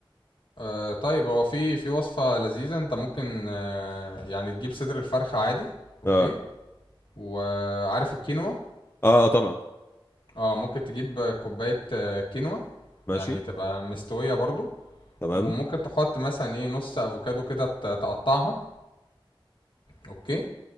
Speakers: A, on the left (about 65°); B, on the left (about 25°).
A: آه طيب هو في في وصفة لذيذة انت ممكن آه يعني تجيب صدر الفرخة عادي اوكي
B: اه
A: وعارف الكينوا
B: اه طبعا
A: اه ممكن تجيب كوباية آه، كينوا
B: ماشي
A: يعني تبقى مستوية برضو
B: تمام
A: وممكن تحط مثلا ايه نص افوكادو كده ت- تقطعها اوكي